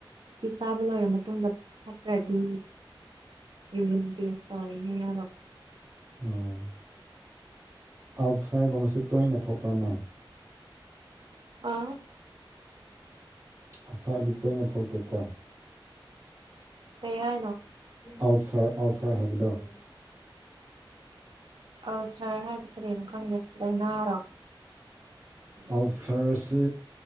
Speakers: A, on the right; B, on the right.
A: ꯁꯤ ꯆꯥꯕ ꯂꯣꯏꯔ ꯃꯇꯨꯡꯗ ꯐꯠꯇ꯭ꯔꯗꯤ ꯌꯨꯔꯤꯟ ꯇꯦꯁ <unintelligible>
B: <unintelligible> ꯑꯜꯁꯔꯒꯨꯝꯕꯁꯨ ꯇꯣꯏꯅ ꯊꯣꯛꯄ꯭ꯔꯥ ꯅꯪ
A: ꯑꯥ
B: ꯑꯜꯁꯔꯗꯤ ꯇꯣꯏꯅ ꯊꯣꯛꯇꯦꯀꯣ
A: ꯀꯩ ꯍꯥꯏꯅꯣ
B: ꯑꯜꯁꯔ ꯑꯜꯁꯔ ꯍꯥꯏꯕꯗꯣ
A: ꯑꯜꯁꯔ ꯍꯥꯏꯗꯤ ꯀꯔꯤꯅꯣ ꯈꯪꯗꯦ ꯂꯩꯅꯥꯔꯣ
B: ꯑꯜꯁꯔꯁꯦ